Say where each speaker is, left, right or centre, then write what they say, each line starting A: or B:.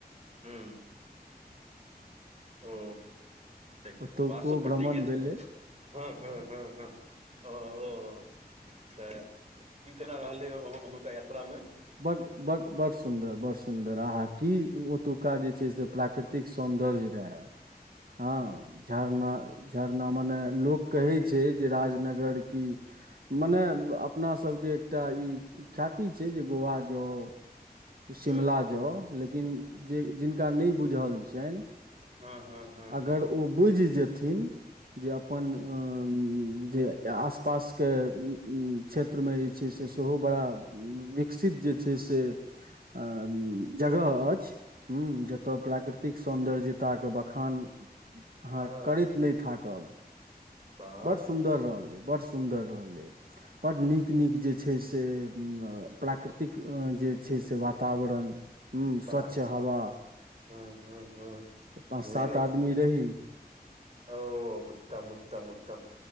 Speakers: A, on the right; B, on the right.
A: हूँ। ओ तऽ
B: ओतुको
A: बांसोपट्टी
B: भ्रमण
A: गेल छलौं
B: भेलै
A: हँ हँ हँ ह। ओ ओ तऽ की केना रहलै हुॅंनका यात्रा मे
B: बड बड बड़ सुन्दर बड़ सुन्दर आहा की ओतुका जे छै से प्राकृतिक एतेक सौंन्दर्य रहऽ हँ झरना झरना मने लोक कहै छै जे राजनगर की मने अपना सबके एकटा ई ख्याति छै जे गोआ जाउ शिमला
A: हँ
B: जाउ लेकिन जे जिनका नै बुझल छनि
A: हँ हँ हँ
B: अगर
A: हँ
B: ओ बुझि जेथिन जे अपन आं जे आस पास के उ उ क्षेत्रमे जे छै से सेहो बड़ा विकसित जे छै से अ जगह अछ ह् जतय प्राकृतिक सौन्दर्यताके बखान अहाँ
A: हँ
B: करैत नहि थाकब
A: वाह
B: बड सुन्दर रहले बड़ सुन्दर रहलै बड नीक
A: वाह
B: नीक जे छै से प्रा प्र प्राकृतिक जे छै से वाक तावरण हुं
A: वाह
B: स्वच्छ हवा
A: वाह हूँ हूँ हूँ
B: पाँच सात
A: नहि नहि
B: आदमी देही
A: ओ उत्तम उत्तम उत्तम